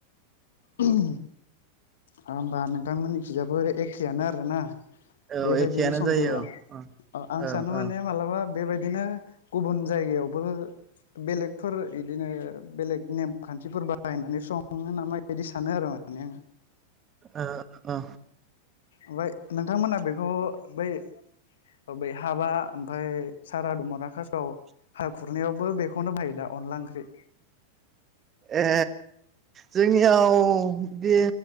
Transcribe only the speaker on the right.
औ
एखेयानो
जायो औ
औ
औ
ओ ओ
ए जोंनियाव बि